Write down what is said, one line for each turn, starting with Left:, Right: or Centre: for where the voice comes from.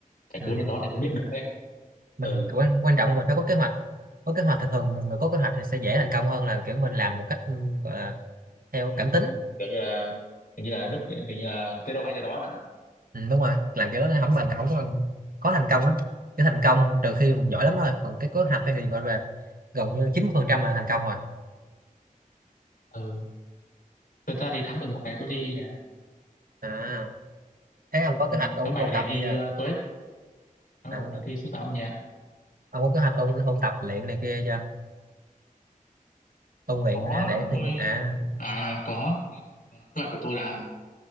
Left: phải
Right: ừ.
Left: cứ đến đó thì mới biết được đấy
Right: mình
Left: ừ
Right: quan quan trọng mình phải có kế hoạch có kế hoạch thì thường người có kế hoạch thì sẽ dễ thành công hơn là kiểu mình làm một cách ừ, gọi là theo
Left: Ừ.
Right: cảm tính
Left: kiểu như là kiểu như là nước kiểu như là tới đâu hay tới đó hả
Right: ừ, đúng rồi làm kiểu đó nó không bằng không có bằng khó thành công lắm cái thành công trừ khi mình giỏi lắm thôi còn cái kế hoạch ấy thì gọi là gần như 90% là thành công rồi
Left: ừ thật ra thì tháng 11 này tôi thi nè
Right: à thế ông có
Left: ừ.
Right: kế hoạch ôn
Left: tháng bảy
Right: ôn
Left: này
Right: tập
Left: thi
Right: gì chưa
Left: uh, TOEIC tháng
Right: à,
Left: 11 này thi sư phạm âm nhạc
Right: ông có kế hoạch ôn ôn tập luyện này kia chưa ôn luyện
Left: có
Right: à, để thi
Left: tôi
Right: à
Left: à có Ờ, kế hoạch của tôi là